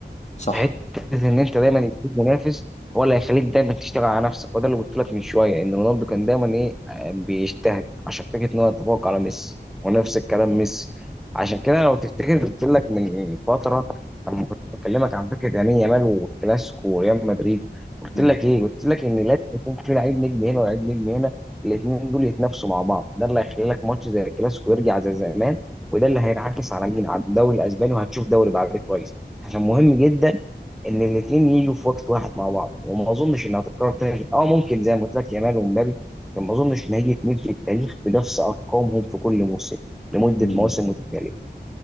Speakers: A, on the left; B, in the centre.
A: صح
B: حته ان انت دايما يكون منافس هو اللي هيخليك دايما تشتغل على نفسك وده اللي قلت لك من شويه ان رونالدو كان دايما ايه آه، بيجتهد عشان فكره ان هو يتفوق على ميسي ونفس الكلام ميسي عشان كده لو تفتكر قلت لك من فتره لما كنت بكلمك عن فكره يمين يامال والكلاسيكو وريال مدريد قلت
A: مم.
B: لك ايه قلت لك ان لازم يكون في لعيب نجم هنا ولعيب نجم هنا الاثنين دول يتنافسوا مع بعض ده اللي هيخلي لك ماتش زي الكلاسيكو يرجع زي زمان وده اللي هينعكس على مين على الدوري الاسباني وهتشوف دوري بعد كويس عشان مهم جدا ان الاثنين يجوا في وقت واحد مع بعض وما اظنش انها هتتكرر تاني اه ممكن زي ما قلت لك يامال ومبابي لكن ما اظنش ان هيجي اثنين في التاريخ بنفس ارقامهم في كل موسم لمده
A: مم.
B: مواسم متتاليه